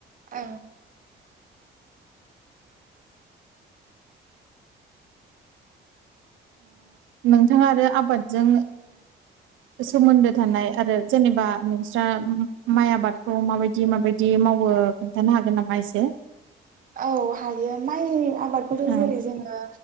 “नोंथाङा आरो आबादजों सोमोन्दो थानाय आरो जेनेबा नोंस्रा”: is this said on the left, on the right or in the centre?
Right